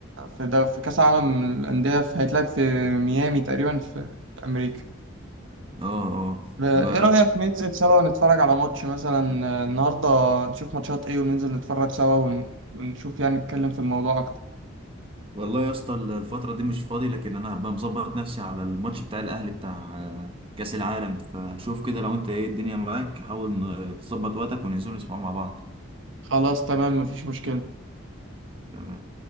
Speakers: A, on the right; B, on the right.
A: في ده في كاس عالم الانديه في- هيتلعب في ميامي تقريبا في امريكا
B: اه اه
A: آه،
B: ب-
A: ايه رأيك ننزل سوا نتفرج على ماتش مثلا آه، النهارده نشوف ماتشات ايه وننزل نتفرج سوا ون- ونشوف يعني نتكلم في الموضوع اكتر
B: والله يا اسطى الفترة دي مش فاضي لكن انا هبقى مظبط نفسي على الماتش بتاع الاهلي بتاع آه، كأس العالم فشوف كده لو انت ايه الدنيا معاك حاول ن- تظبط وقتك وننزل نسمع مع بعض
A: خلاص تمام مفيش مشكلة
B: تمام